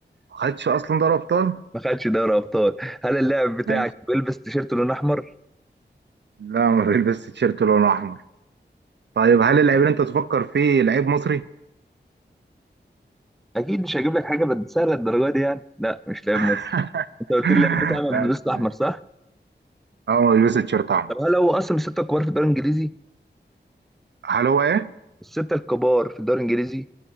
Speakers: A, on the right; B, in the centre.
A: ما خدش اصلا دوري ابطال
B: ما خدش دوري ابطال هل اللاعب بتاعك
A: ماشي
B: بيلبس تيشيرت لون احمر
A: لا ما بيلبس تيشيرت لونه احمر طيب هل اللعيب اللي انت تفكر فيه لعيب مصري
B: اكيد مش هجيب لك حاجه بد- سهله الدرجه دي يعني لا مش لاعب مصر
A: <laughs>
B: انت قلت لي اللاعب بتاعنا
A: ماشي
B: بيلبس احمر
A: ماشي
B: صح
A: هو بيلبس التيشيرت احمر
B: طب هل هو اصلا من السته الكبار في الدوري الانجليزي
A: هل هو ايه؟
B: السته الكبار في الدوري الانجليزي